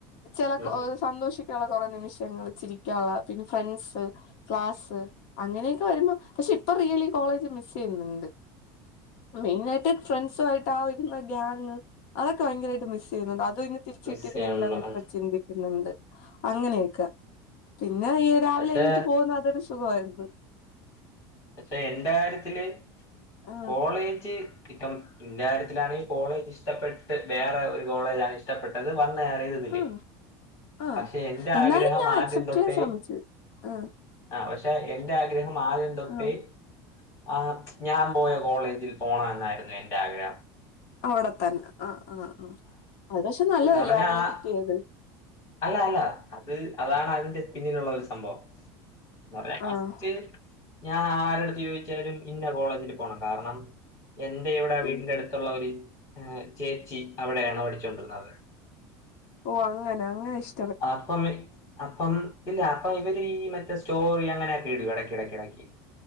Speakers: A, on the left; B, on the left.
A: ചെല
B: ഉം
A: സന്തോഷി കുറ നിമിഷങ്ങൾ ചിരിക്കാള്ള പിന്നെ ഫ്രണ്ട്സ് ക്ലാസ്സ് അങ്ങനെയൊക്കെ വരുമ്പോ പക്ഷെ ഇപ്പ റിയലി കോളേജ് മിസെയ്യുന്നുണ്ട് മെയിൻ ആയിട്ട് ഫ്രണ്ട്സായിട്ട് രുന്ന ഗ്യാങ് അതൊക്കെ ഭയങ്കരായിട്ട് മിസ് ചെയ്യുന്നുണ്ട് അതും ഇന്ന് തിരിച്ചിട്ടിരുന്നെങ്കിലോന്ന്
B: മിസ് ചെയ്യണല്ലോ
A: ഇപ്പ
B: ആഹ്
A: ചിന്തി ന്ന്ണ്ട് അങ്ങനെയൊക്കെ പിന്നെ രാവിലെ
B: പക്ഷെ
A: എണീറ്റ് പോകുന്ന അതൊരു സുഖായിരുന്നു
B: പക്ഷെ എന്റെ കാര്യത്തില്
A: ആ
B: കോളേജ് കിട്ടം ഇന്റെ കാര്യത്തിലാണെങ്കി കോളേജ് ഇഷ്ടപ്പെട്ട് വേറെ ഒരു കോളേജ് ആണ് ഇഷ്ട ഇഷ്ടപ്പെട്ടത് വന്നേറിയത് ഇതില്
A: ആ ആ
B: പഷെ എന്റെ
A: എന്നാലും
B: ആഗ്രഹം
A: ഞാൻ
B: ആദ്യം
A: അക്സെപ്റ്റ്
B: തൊട്ടേ
A: ചെയ്യാൻ ശ്രമിച്ചു ആ
B: ആഹ് പഷെ എന്റെ ആഗ്രഹം ആദ്യം തൊട്ടെ
A: ആ
B: ആഹ് ഞാൻ പോയ കോളേജിൽ പോണം എന്നായിരുന്നു എന്റെ ആഗ്രഹം
A: അവടെ ത്തന്നെ ആഹ് ആഹ് ആഹ് അത് പക്ഷെ നല്ലതല്ലേ
B: എന്ന് പറഞ്ഞാ
A: അങ്ങനെ
B: ആ-
A: കിട്ടിയത്
B: അല്ല അല്ല അത് അതാണ് അതിന്റെ പിന്നിലുള്ള ഒരു സംഭവം ഫസ്റ്റ്
A: ആഹ്
B: ഞാൻ ആരടുത്ത് ചോദിച്ചാലും ഇന്ന കോളേജിൽ പോണം കാരണം എന്റെ ഇവിടെ വീടിന്റെ
A: ഉം
B: അടുത്തുള്ള ഒരു ചേച്ചി അവിടെയാണ് പഠിച്ചൊണ്ടിരുന്നത്.
A: ഓഹ് അങ്ങനെ അങ്ങനെ ഇഷ്
B: അഹ് അപ്പം മീൻസ് അപ്പം ഇല്ല അപ്പൊ ഇവര് ഈ മറ്റേ സ്റ്റോറി അങ്ങനെയൊക്കെ ഇടും ഇടക്കിടക്ക്.